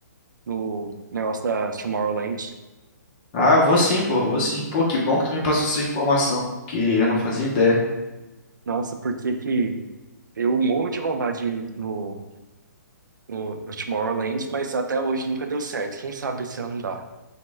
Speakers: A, on the right; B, on the left.
A: no negócio da Tomorrowland.
B: Ah, vou sim, pô, vou sim. Pô, que bom que tu me passou essa informação, que eu não fazia ideia.
A: Nossa, porque que eu morro de vontade de ir no, no, no Tomorrowland, mas até hoje nunca deu certo. Quem sabe esse ano dá.